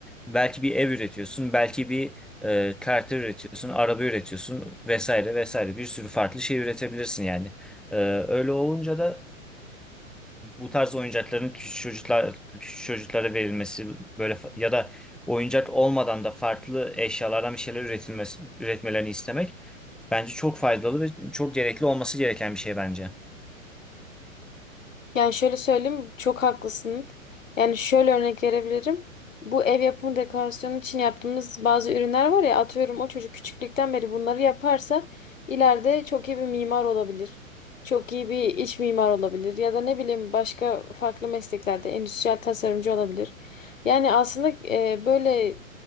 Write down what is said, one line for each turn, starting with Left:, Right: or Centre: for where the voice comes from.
Centre: belki bir ev üretiyorsun, belki bir e, karakter üretiyorsun, araba üretiyorsun vesaire vesaire bir sürü farklı şey üretebilirsin yani. E, öyle olunca da bu tarz oyuncakların küçük çocuklar küçük çocuklara verilmesi böyle fa- ya da oyuncak olmadan da farklı eşyalardan bir şeyler üretilmesi üretmelerini istemek bence çok faydalı ve çok gerekli olması gereken bir şey bence.
Left: Yani şöyle söyleyeyim, çok haklısın. Yani şöyle örnek verebilirim. Bu ev yapımı dekorasyonu için yaptığımız bazı ürünler var ya, atıyorum o çocuk küçüklükten beri bunları yaparsa ileride çok iyi bir mimar olabilir. Çok iyi bir iç mimar olabilir ya da ne bileyim başka farklı mesleklerde endüstriyel tasarımcı olabilir. Yani aslında e, böyle